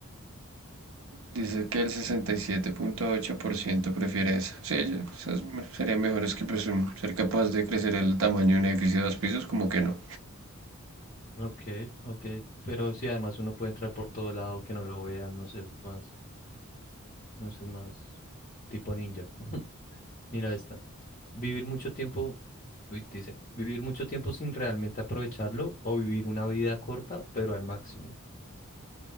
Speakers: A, on the right; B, on the left.
A: Dice que el sesenta y siete punto ocho por ciento prefiere esa. Sí, ya, esas serían mejores que pues, ser capaz de crecer el tamaño de un edificio de dos pisos, como que no.
B: Ok, ok. Pero sí, además uno puede entrar por todo lado, que no lo vean, no sé, es más, no sé, es más tipo ninja. <laughs> Mira esta. Vivir mucho tiempo, uy, dice, vivir mucho tiempo sin realmente aprovecharlo o vivir una vida corta, pero al máximo.